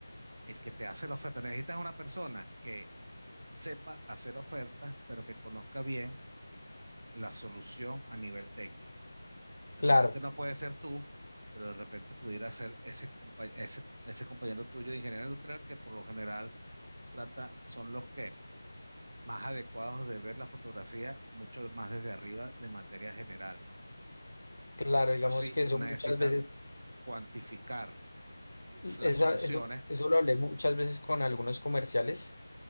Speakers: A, on the right (about 45°); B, on the left (about 60°).
A: El que te hace la oferta, necesitas una persona que sepa hacer ofertas, pero que conozca bien la solución a nivel técnico. De
B: claro,
A: repente no puede ser tú, pero de repente pudiera ser ese, compa- ese, ese compañero tuyo de ingeniero industrial que por lo general trata, son los que más adecuados de ver la fotografía, mucho más desde arriba de materia general.
B: claro,
A: Eso
B: digamos
A: sí,
B: que eso
A: necesitan
B: muchas veces,
A: cuantificar las
B: esa-
A: soluciones.
B: eso, eso lo hablé muchas veces con algunos comerciales.